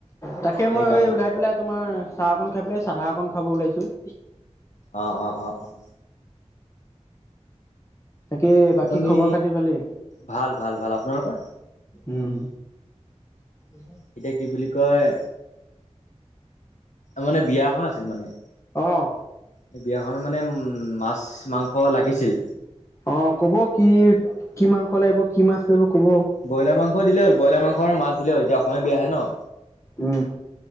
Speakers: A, on the left; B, on the left.
A: তাকে মই
B: সেইকাৰণে
A: এই ওলাই পেলাই তোমাৰ চাহকন খাই বোলে চাদা অকন খাব ওলাইছো-
B: অঁ অঁ অঁ অঁ
A: তাকে
B: আপুনি
A: বাকী খবৰ খাতি ভালে
B: ভাল ভাল ভাল আপোনালোকৰ
A: উম উ
B: এতিয়া কি বুলি কয় মানে বিয়া এখন আছিল মানে।
A: অ',
B: এই বিয়াখনত মানে উ মাছ মাংস লাগিছিল
A: অ ক'ব কি কি মাংস লাগিব কি মাছ লাগিব। ক'ব
B: ব্ৰইলাৰ মাংস দিলে হ'ল ব্ৰইলাৰ মাংসৰ মাছ দিলে হ'ল এতিয়া অসমীয়া বিয়াহে ন
A: উম